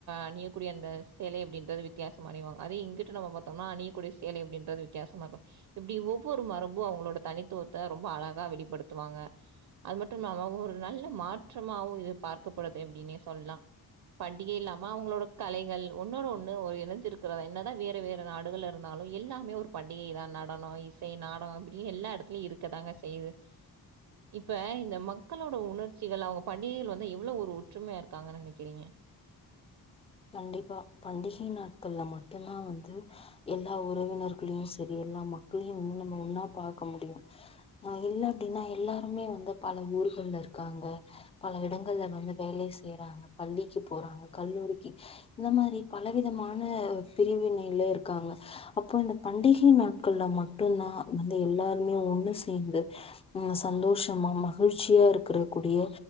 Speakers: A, on the right; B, on the left.
A: அணியக்கூடிய அந்த சேலை அப்டின்றது வித்தியாசமா அணிவாங் அத இங்கிட்டு நம்ம பாத்தோம்னா அணியக்கூடிய சேலை அப்டின்றது வித்தியாசமாருக்கு இப்டி ஒவ்வொரு மரபு அவுங்களோட தனித்துவத்த ரொம்ப அழகா வெளிப்படுத்துவாங்க அது மட்டுமில்லாம ஒரு நல்ல மாற்றமாவு இது பார்க்கப்படுது அப்டின்னே சொல்லா பண்டிகை இல்லாம அவுங்களோட கலைகள் ஒன்னோட ஒண்ணு ஒரு இணஞ்சிருக் கு என்னதா வேற வேற நாடுகள் இருந்தாலு எல்லாமே ஒரு பண்டிகை தா நடனோ இசை நாடக அப்டி எல்லா இடத்துலியு இருக் க்கதாங்க செய்யுது இப்ப இந்த மக்களோட உணர்ச்சிகள் அவுங்க பண்டிகைகள் வந்து எவ்ளோ ஒரு ஒற்றுமையா இருக்காங்கன் நெனக்கிறீங்க
B: கண்டிப்பா பண்டிகை நாட்கள்ல மட்டுந்தா வந்து எல்லா உறவினர்களையு செரி எல்லா மக்களையு உன்னும உன்னா பாக்க முடியு ஆ இல்லாட்டினா எல்லாருமே வந்து பல ஊர்கள்ல இருக்காங்க பல இடங்கள்ல வந்து வேலை செய்யறாங்க பள்ளிக்கு போறாங்க கல்லூரிக் இந்த மாரி பல விதமான பிரிவினைலே இருக்காங்க அப்போ இந்த பண்டிகை நாட்கள்ல மட்டுதா வந்து எல்லாருமே ஒண்ணு சேர்ந்து அ சந்தோஷமா மகிழ்ச்சியா இருக்கிற கூடிய